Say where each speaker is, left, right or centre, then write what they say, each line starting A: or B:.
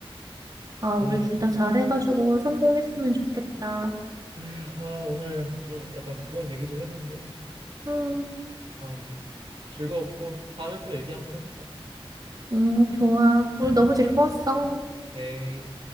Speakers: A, on the right; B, on the right.
A: 아,
B: 아,
A: 우리 둘 다 잘해가지고 성공했으면 좋겠다.
B: 그래. 아, 오늘 좀 약간 무거운 얘기 좀 했는데.
A: 응,
B: 아, 즐거웠고 다음에 또 얘기 한번 해보자.
A: 응, 좋아. 오늘 너무 즐거웠어.
B: 오케이.